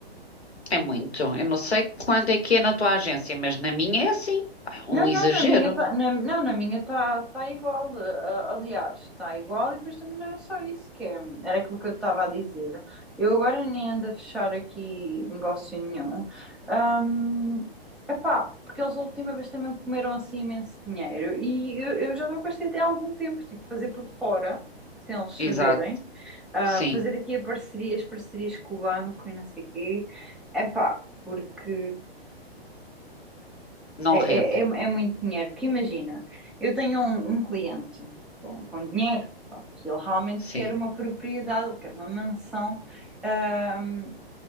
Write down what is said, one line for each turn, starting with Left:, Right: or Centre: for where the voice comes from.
Left: é muito. Eu não sei quanto é que é na tua agência, mas na minha é assim. Pá, Um
Centre: Não,
Left: exagero.
Centre: não, na minha tá, na, não, na minha está tá tá igual. a- Aliás, está igual e depois também não é só isso que é. Era aquilo que eu estava a dizer. Eu agora nem ando a fechar aqui negócio nenhum. Ahm, epá, porque eles a última vez também comeram assim imenso dinheiro e eu, eu já estava com esta ideia há algum tempo, tipo, fazer por fora, sem eles saberem,
Left: Exato,
Centre: ah,
Left: sim.
Centre: fazer aqui a parceria, as parcerias com o banco e não sei o quê. Epá, porque
Left: Não
Centre: é,
Left: rende.
Centre: é, é- é muito dinheiro, porque imagina, eu tenho um, um cliente com, com dinheiro, pronto, que ele realmente
Left: Sim.
Centre: quer uma propriedade, ele quer uma mansão, ahm,